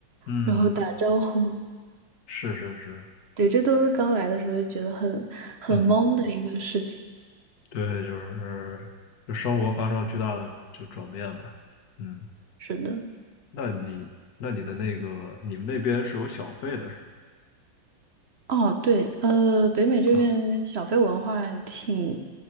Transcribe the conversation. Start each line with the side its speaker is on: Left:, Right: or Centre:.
Left: 嗯，
Right: 然后打招呼。
Left: 是是是，
Right: 对，这都是刚来的时候就觉得很很懵的一个事情。
Left: 嗯，对，就是就生活发生了巨大的就转变吧。嗯，
Right: 是的，
Left: 那你那你的那个你们那边是有小费的是
Right: 哦，对，呃，北美这边小费文化还挺
Left: 吧？啊，